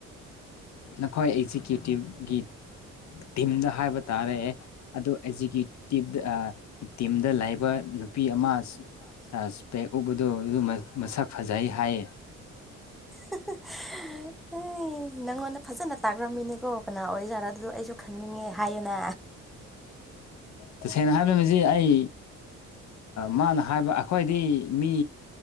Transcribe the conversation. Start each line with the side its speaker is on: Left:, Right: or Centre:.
Left: ꯅꯈꯣꯏ ꯑꯦꯛꯖꯤꯀ꯭ꯌꯨꯇꯤꯞꯒꯤ ꯇꯤꯝꯗ ꯍꯥꯏꯕ ꯇꯥꯔꯛꯑꯦ ꯑꯗꯣ ꯑꯦꯛꯖꯤꯀ꯭ꯌꯨꯇꯤꯞꯗ ꯇꯤꯝꯗ ꯂꯩꯕ ꯅꯨꯄꯤ ꯑꯃ
Centre: <unintelligible>
Left: ꯏꯁꯄꯦꯛ ꯎꯞꯕꯗꯨ ꯑꯗꯨ ꯃꯁꯛ ꯐꯖꯩ ꯍꯥꯏꯌꯦ
Centre: <unintelligible> ꯅꯪꯉꯣꯟꯗ ꯐꯖꯅ ꯇꯥꯛꯈ꯭ꯔꯝꯃꯤꯅꯦꯀꯣ ꯀꯅꯥ ꯑꯣꯏꯖꯥꯔꯣ ꯑꯗꯨꯗꯣ ꯑꯩꯁꯨ ꯈꯪꯅꯤꯡꯉꯦ ꯍꯥꯏꯌꯣꯅ
Left: ꯇꯁꯦꯡꯅ ꯍꯥꯏꯔꯤꯕꯁꯤ ꯑꯩ ꯃꯥꯅ ꯍꯥꯏꯕ ꯑꯩꯈꯣꯏꯗꯤ ꯃꯤ